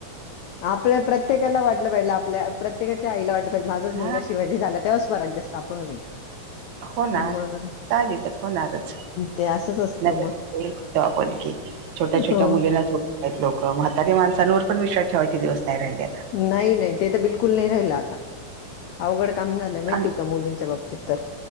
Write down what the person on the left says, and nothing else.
आपलं प्रत्येकाला वाटलं पाहिजे आपल्या प्रत्येकाच्या आईला वाटलं पाहिजे माझाच मुलगा
शिवाजी झाला तेव्हा स्वराज्य स्थापन होईल.
मग
ते असंच असतं
मग
हो
नाही नाही ते तर बिलकुल नाही राहिलं आता. अवघड काम झालं माहिती
का मुलींच्या बाबतीत. तर